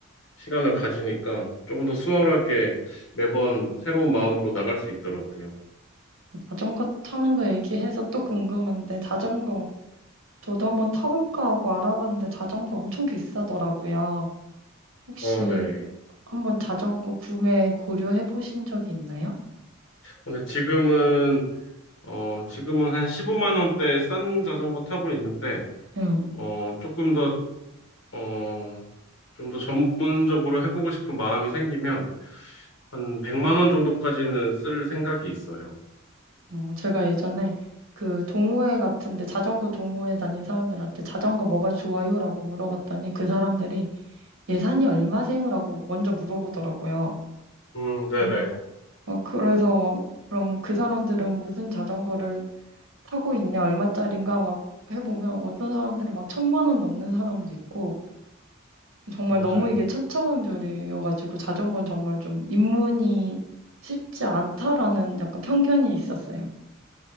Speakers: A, on the left; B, on the right.
A: 시간을 가지니까 조금 더 수월하게 매번 새로운 마음으로 나갈 수 있더라고요.
B: 자전거 타는 거 얘기해서 또 궁금한데 자전거 저도 한번 타볼까 하고 알아봤는데 자전거 엄청 비싸더라고요. 혹시
A: 어, 네.
B: 한번 자전거 구매 고려해 보신 적이 있나요?
A: 근데 지금은, 어, 지금은 한 15만 원대 싼 자전거 타고 있는데,
B: 응.
A: 어, 조금 더, 어, 좀 더 전문적으로 해보고 싶은 마음이 생기면 한 100만 원 정도까지는 쓸 생각이 있어요.
B: 어, 제가 예전에 그 동호회 같은데 자전거 동호회 다닌 사람들한테 자전거 뭐가 좋아요라고 물어봤더니 그 사람들이 예산이 얼마세요라고 먼저 물어보더라고요.
A: 음, 네네.
B: 어, 막 그래서 막 그러면 그 사람들은 무슨 자전거를 타고 있냐 얼마짜린가 막 해보면 어떤 사람들은 막 천만 원 넘는 사람도 있고 정말
A: 맞아요.
B: 너무 이게 천차만별이어가지고 자전거는 정말 좀 입문이 쉽지 않다라는 약간 편견이 있었어요.